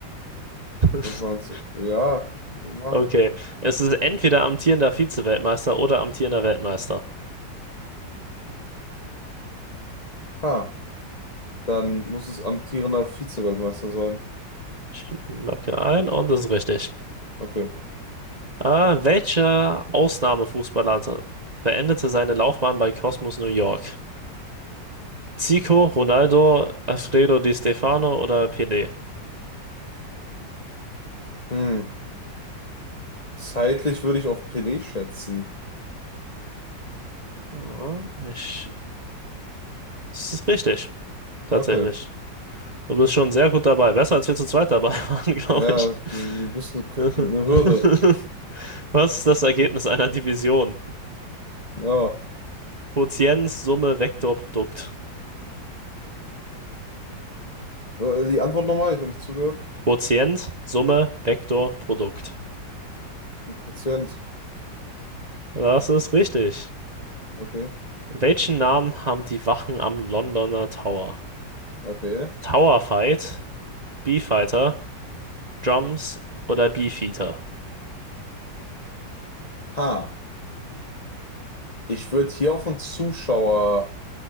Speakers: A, on the right; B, on the left.
A: <laughs>
B: Was meinst du? Ja. ja.
A: Okay. Es ist entweder amtierender Vize-Weltmeister oder amtierender Weltmeister.
B: Ah, dann muss es amtierender Vize-Weltmeister sein.
A: Ich logge ein und das ist richtig.
B: Okay.
A: Äh, welcher Ausnahmefußballer beendete seine Laufbahn bei Cosmos New York? Zico, Ronaldo, Alfredo Di Stefano oder Pelé?
B: Hm. Zeitlich würde ich auf Pelé schätzen.
A: Ah, ich Das ist richtig, tatsächlich.
B: Okay.
A: Du bist schon sehr gut dabei. Besser als wir zu zweit dabei <laughs> waren, glaube
B: Ja,
A: ich.
B: du bist
A: <laughs>
B: eine,
A: Was
B: eine Hürde.
A: ist das Ergebnis einer Division?
B: Ja.
A: Quotient, Summe, Vektor, Produkt.
B: Äh, Die Antwort nochmal, ich habe nicht zugehört.
A: Quotient, Summe, Vektor, Produkt.
B: Ein Quotient.
A: Das ist richtig.
B: Okay.
A: Welchen Namen haben die Wachen am Londoner Tower?
B: Okay.
A: Tower Fight, B-Fighter, Drums oder Beefeater?
B: Ha. Ich würde hier auf einen Zuschauer.